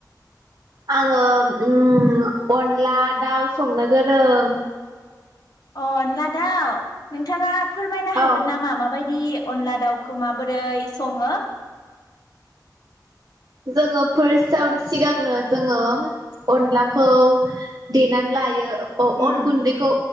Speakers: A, on the right; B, on the left.
A: आङो उम अनला दाउ संनो गोरों।
B: अ अनला दाउ? नोंथाङा फोरमायनो हागोन
A: औ
B: ना मा मा बायदि अनला दाउखौ माबोरै सङो?
A: जोङो फार्स्टआवनो सिगांनो जोङो अनलाखौ देनानै लायो अ
B: उम
A: अन गुन्दैखौ